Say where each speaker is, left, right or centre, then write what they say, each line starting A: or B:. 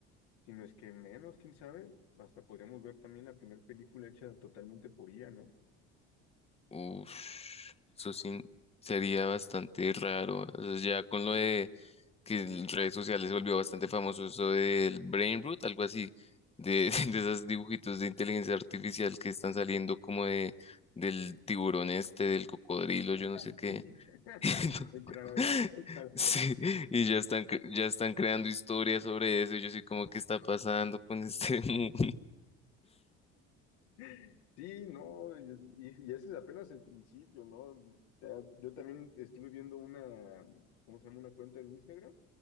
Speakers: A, on the left; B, on the left.
A: Si no es que menos, quién sabe, hasta podríamos ver también la primera película hecha totalmente por IA, ¿no?
B: Uf, eso sí sería bastante raro. O sea, ya con lo de que en redes sociales se volvió bastante famoso eso del Brain Root, algo así, de, <laughs> de esos dibujitos de inteligencia artificial que están saliendo como de, del tiburón este, del cocodrilo, yo no
A: <laughs>
B: sé qué. <laughs>
A: El tralalá, el tralalá.
B: Sí, y ya están, cre- ya están creando historias sobre eso, y yo sí como, ¿qué está pasando con este <laughs> mundo?
A: <laughs> Sí, no, y, y ese es apenas el principio, ¿no? O sea, yo también estuve viendo una, ¿cómo se llama? Una cuenta en Instagram